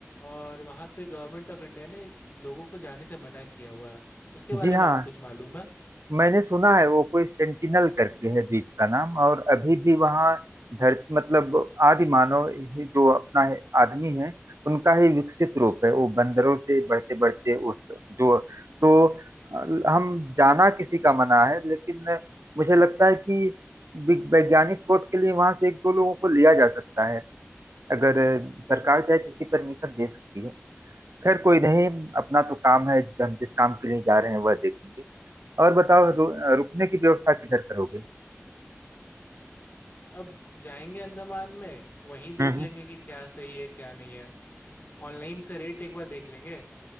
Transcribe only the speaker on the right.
जी हाँ
मैंने सुना है वो कोई सेंटिनल करके है द्वीप का नाम और अभी भी वहाँ धरती मतलब आदि मानव ही जो अपना है, आदमी है उनका ही विकसित रूप है वो बंदरों से बढ़ते बढ़ते उस जो तो अ, हम जाना किसी का मना है लेकिन मुझे लगता है कि वि- वैज्ञानिक शोध के लिए वहां से एक दो लोगों को लिया जा सकता है अगर अ, सरकार चाहे तो इसकी परमिशन दे सकती है खैर कोई नहीं अपना तो काम है हम जिस काम के लिए जा रहे हैं वह देखेंगे और बताओ रु, रुकने की व्यवस्था किधर करोगे
हम्म हम्म।